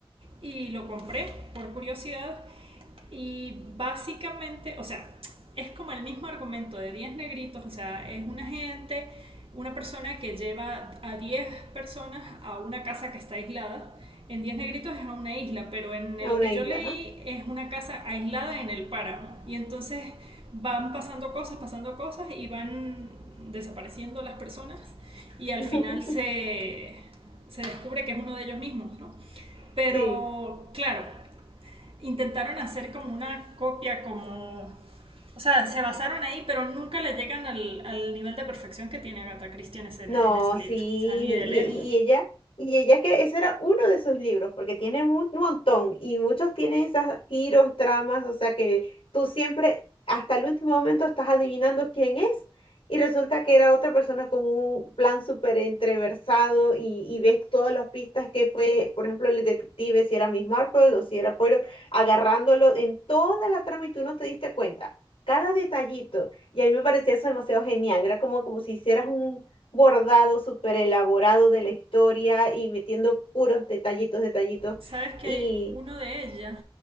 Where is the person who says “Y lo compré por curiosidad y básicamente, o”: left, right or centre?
Right